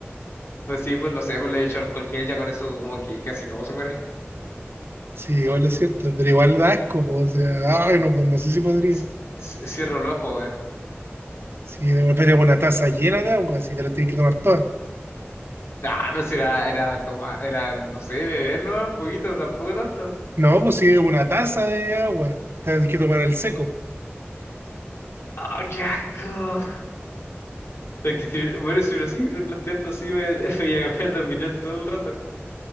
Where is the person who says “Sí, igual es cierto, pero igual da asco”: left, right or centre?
Right